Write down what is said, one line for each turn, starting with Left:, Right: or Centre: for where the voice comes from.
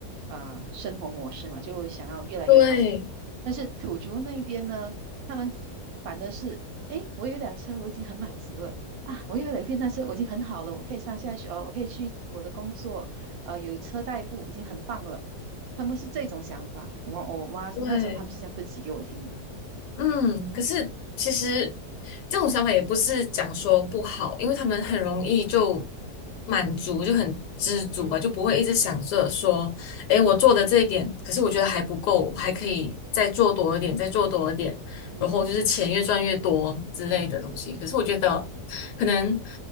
Right: 啊、呃生活模式嘛，就想要越来越好。
Left: 对
Right: 但是土族那边呢，他们反的是，诶，我有一辆车，我已经很满足了啊，我有一辆电单车，我已经很好了，我可以上下学，哦，我可以去我的工作，呃，有车代步，已经很棒了。他们是这种想法，我妈我妈那时候他们是这样分析给我听的。
Left: 对，嗯，可是其实这种想法也不是讲说不好，因为他们很容易就满足，就很知足吧，
Right: 嗯哼，
Left: 就不会一直想着说，诶，我做的这一点，可是我觉得还不够，还可以再做多一点，再做多一点，
Right: 嗯哼，
Left: 然后就是钱越赚越多之类的东西。可是我觉得，可能